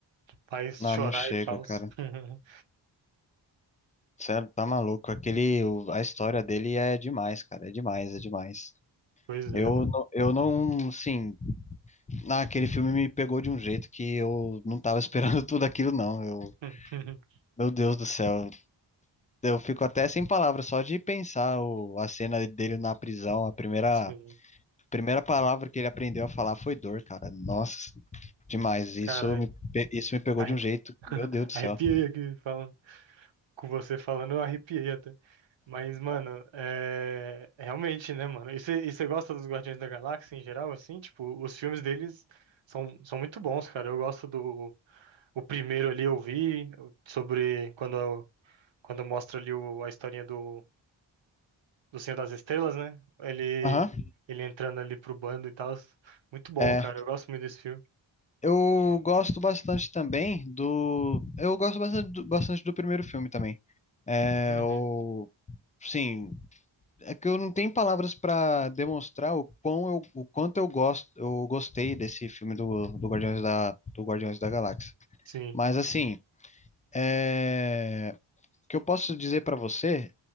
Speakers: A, on the right; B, on the left.
A: Faz
B: não,
A: chorar
B: não chega,
A: e tal.
B: cara.
A: <laughs>
B: Sério, tá maluco. Aquele, o- a história dele é demais, cara. É demais, é demais.
A: Pois é,
B: Eu,
A: mano.
B: não- eu não, assim, ah, aquele filme me pegou de um jeito que eu não tava esperando <laughs> tudo aquilo, não. Eu,
A: <laughs>
B: meu Deus do céu. Eu fico até sem palavras só de pensar o, a cena dele na prisão. A primeira,
A: Sim,
B: primeira palavra que ele aprendeu a falar foi dor, cara. Nossa, demais. Isso
A: caralho.
B: me, pe- isso me pegou
A: Arre-
B: de um jeito
A: <laughs>
B: que, meu Deus do
A: Arrepiei
B: céu.
A: aqui falando. Com você falando, eu arrepiei até. Mas, mano, é... realmente, né, mano? E você e você gosta dos Guardiões da Galáxia em geral, assim? Tipo, os filmes deles são, são muito bons, cara. Eu gosto do... O primeiro ali eu vi sobre quando, quando mostra ali o... a historinha do do Senhor das Estrelas, né? Ele,
B: Aham.
A: ele entrando ali pro bando e tal. Muito bom,
B: é.
A: cara. Eu gosto muito desse filme.
B: Eu gosto bastante também do. Eu gosto bastante do, bastante do primeiro filme também. É,
A: Uhum.
B: o, sim, é que eu não tenho palavras pra demonstrar o quão eu, o quanto eu gosto, eu gostei desse filme do, do Guardiões da, do Guardiões da Galáxia.
A: Sim,
B: Mas assim, é, o que eu posso dizer pra você